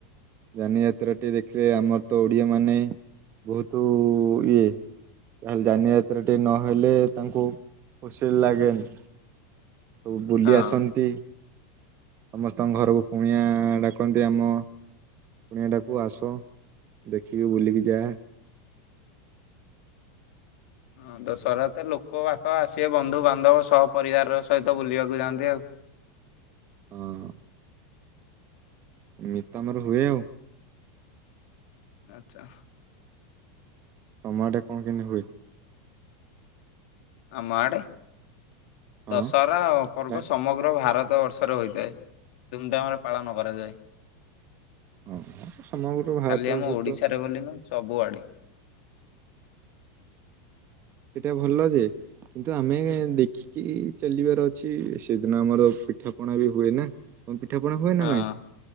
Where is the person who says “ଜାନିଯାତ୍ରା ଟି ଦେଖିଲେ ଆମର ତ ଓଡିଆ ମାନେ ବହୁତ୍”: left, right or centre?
Right